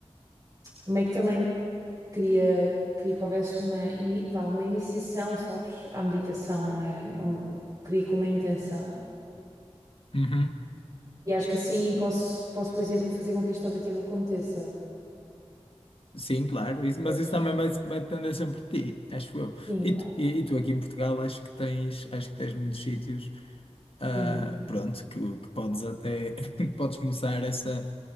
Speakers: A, on the right; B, on the left.
A: meio que também queria, queria que houvesse uma, ini- vá, uma iniciação, sabes, à meditação, não é? Não, queria com uma intenção.
B: uhum.
A: E acho que assim posso, posso, por exemplo, fazer com que este objetivo aconteça.
B: Sim, claro, isso- mas
A: Pois.
B: isso também vai, vai depender sempre de ti, acho eu.
A: Sim,
B: E
A: claro.
B: tu, e- e tu aqui em Portugal acho que tens, acho que tens muitos sítios,
A: Sim.
B: ah, pronto, que, que podes até, <laughs> que podes começar essa.